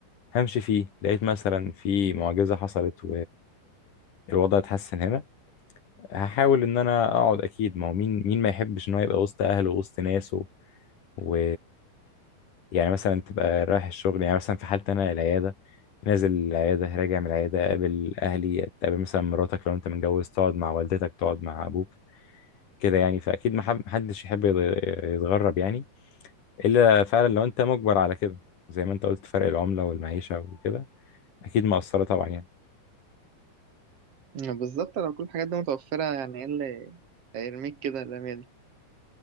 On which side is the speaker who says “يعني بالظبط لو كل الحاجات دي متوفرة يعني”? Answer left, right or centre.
Right